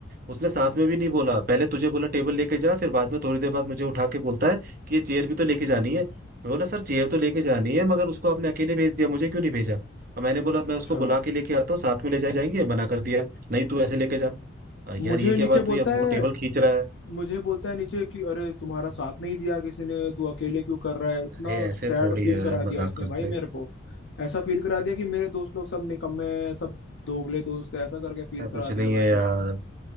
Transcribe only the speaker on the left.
अच्छा
हम्म,
मुझे
नीचे
बोलता
है
मुझे बोलता है नीचे कि अरे तुम्हारा साथ नहीं दिया किसी ने तू अकेले क्यों कर रहा है इतना
सैड
फील
करा
दिया उसने
भाई
मेरे को ऐसा फील करा दिया कि मेरे दोस्त लोग सब निकम्मे हैं सब दोगले दोस्त हैं ऐसा करके फील
करा
दिया
भाई